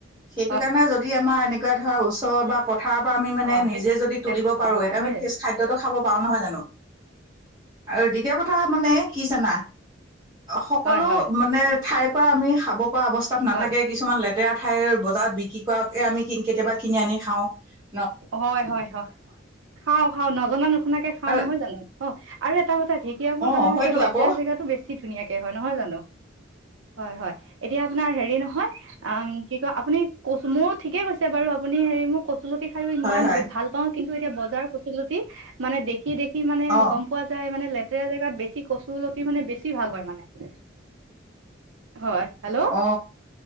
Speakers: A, on the right; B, on the right.
A: সেইটো
B: হয়
A: কাৰণে যদি আমাৰ এনেকুৱা ধৰা ওচৰ পথাৰ পৰা আমি মানে
B: অ সেই
A: নিজে যদি তুলিব পাৰো
B: নাপায়
A: এটো
B: হয়
A: আমি ফেচ খাদ্যতটো খাব পাৰো নহয় জ আৰু দ্বিতীয় কথা মানে কি জানা? সকলো
B: হয় হয়
A: মানে ঠাইৰ পৰা আমি খাব । ৱা অৱস্থাত নাথাকে
B: হয়
A: কিছুমান লেতেৰা ঠাই বজাৰত বিক্ৰী কৰাকে আমি কেতিয়াবা কিনি আনি খাওঁ ।
B: হয় হয় হয় খাও খাও নজনা নুশুনাকে খাও
A: আৰু
B: নহয় জানো অ আৰু এটা কথা ঢেকীয়াবোৰ
A: অ
B: সাধাৰণতে
A: হয়তো
B: লেতেৰা
A: আকৌ
B: জেগাতো বেছি ধুনীয়াকে হয় নহয় জানো । হয় হয় এতিয়া আপোনাৰ হেৰি নহয় । হয় কি কয় আপুনি কচ মোৰ ঠিকে কৈছে বাৰু আপুনি হেৰি মোৰ কচত খাইও ইমান
A: হয় হয়
B: ভাল পাওঁ কিন্তু এতিয়া বজাৰৰ কচলতি মানে দেখি দেখি কি মানে
A: অ
B: গম পোৱা যায় মানে লতেৰা জেগাত বেছি কচুলতি মানে বেছি ভাল হয় মানে হয়। হেল্ল'?
A: অ